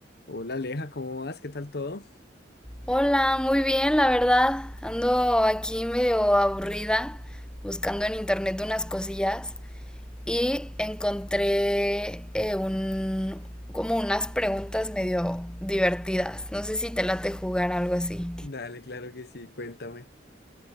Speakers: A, on the left; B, in the centre.
A: Hola Aleja, ¿cómo vas? ¿Qué tal todo?
B: Hola, muy bien, la verdad. Ando aquí medio aburrida, buscando en internet unas cosillas y encontré eh, un, como unas preguntas medio divertidas. No sé si te late jugar algo así.
A: Dale, claro que sí, cuéntame.